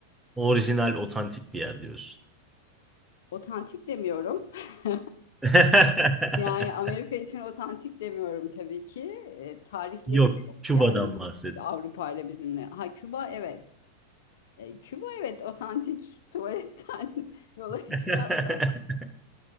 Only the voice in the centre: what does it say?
Orijinal, otantik bir yer diyorsun.
<laughs>
Yok,
Küba'dan
bahset.
<laughs>